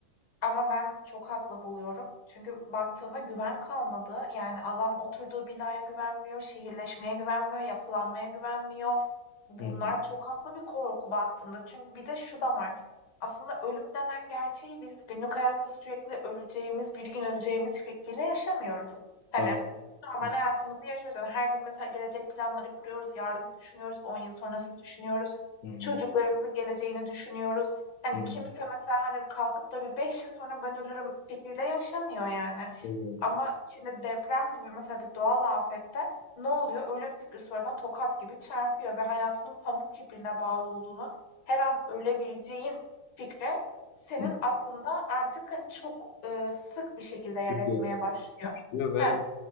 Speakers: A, on the left; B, on the left.
A: Ama ben çok haklı buluyorum. Çünkü baktığında güven kalmadı. Yani adam oturduğu binaya güvenmiyor, şehirleşmeye güvenmiyor, yapılanmaya güvenmiyor. Bunlar
B: Hı hı.
A: çok haklı bir korku baktığında. Çünkü bir de şu da var. Aslında ölüm denen gerçeği biz günlük hayatta sürekli öleceğimiz, bir gün öleceğimiz fikriyle yaşamıyoruz. Hani
B: Tabii.
A: normal
B: Hı
A: hayatımızı yaşıyoruz. Yani her gün mesela gelecek planları kuruyoruz, yarını düşünüyoruz, 10 yıl sonrasını düşünüyoruz,
B: hı.
A: çocuklarımızın geleceğini düşünüyoruz. Hani
B: Hı hı.
A: kimse mesela hani kalkıp da bir 5 yıl sonra ben ölürüm fikriyle yaşamıyor yani.
B: Tabii.
A: Ama şimdi deprem gibi mesela bir doğal afette ne oluyor? Ölüm fikri sonradan tokat gibi çarpıyor ve hayatının pamuk ipliğine bağlı olduğunu, her an ölebileceğin fikri senin
B: Hı.
A: aklında artık hani çok e, sık bir şekilde
B: Sık
A: yer etmeye başlıyor.
B: yaşıyor ve
A: He,